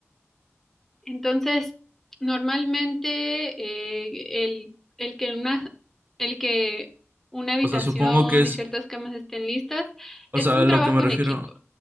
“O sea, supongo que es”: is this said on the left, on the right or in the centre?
Right